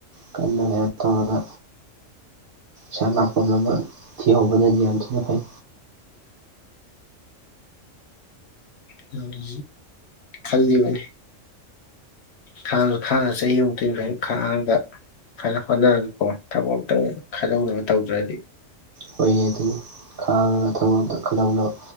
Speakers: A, on the right; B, on the left.
A: ꯀꯟꯅꯅꯦ ꯇꯧꯔꯒꯥ ꯁꯥ ꯂꯥꯛꯄꯝ ꯑꯃ ꯊꯤꯍꯧꯕꯅꯗꯤ ꯌꯥꯝ ꯊꯤꯅ ꯐꯩ
B: ꯇꯧꯔꯤꯖꯤ ꯈꯜꯂꯤꯕꯅꯤ ꯈꯥꯡꯉ ꯈꯥꯡꯉ ꯆꯍꯤꯃꯨꯛꯇꯤ ꯑꯗꯨꯃꯥꯏ ꯈꯥꯡꯉꯒꯥ ꯈꯔ ꯍꯣꯠꯅꯔꯒꯥꯀꯣ ꯊꯕꯛ ꯑꯝꯇꯪ ꯈꯜꯍꯧꯅꯕ ꯇꯧꯗ꯭ꯔꯥꯗꯤ
A: ꯍꯣꯏꯌꯦ ꯑꯗꯨꯅꯤ ꯈꯥꯡꯉꯒ ꯊꯕꯛ ꯑꯝꯇꯥ ꯈꯜꯍꯧꯅꯕ